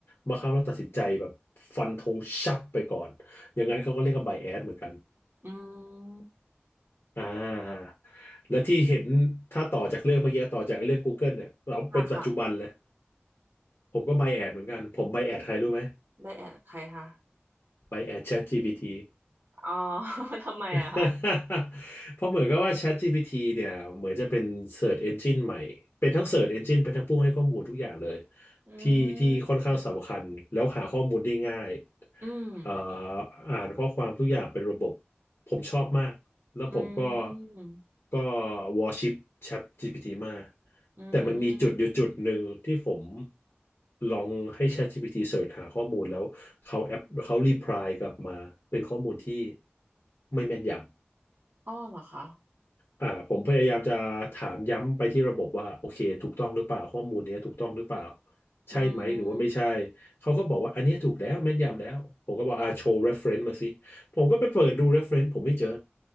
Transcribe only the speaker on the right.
อืม
อ่าค่ะ
ได้แอดใครคะ
อ๋อ <laughs> ทำไมอะคะ
อื
มอืม
อืม
อื
ม
อ้อเหรอคะ
อืม